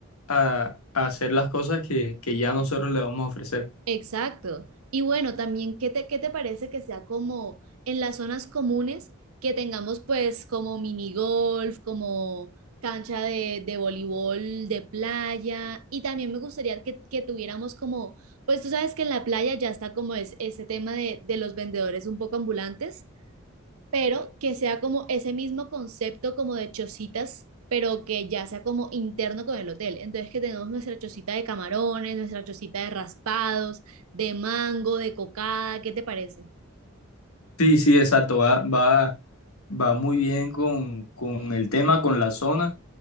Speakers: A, on the left; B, on the right.
A: a, a hacer las cosas que, que ya nosotros le vamos a ofrecer.
B: Exacto. Y bueno, también, ¿qué te, qué te parece que sea como en las zonas comunes que tengamos pues como mini golf, como cancha de, de voleibol de playa? Y también me gustaría que, que tuviéramos como, pues tú sabes que en la playa ya está como es, ese tema de, de los vendedores un poco ambulantes pero que sea como ese mismo concepto como de chocitas, pero que ya sea como interno con el hotel. Entonces que tenemos nuestra chocita de camarones, nuestra chocita de raspados, de mango, de cocada, ¿qué te parece?
A: Sí, sí, exacto. Va, va, va muy bien con, con el tema, con la zona.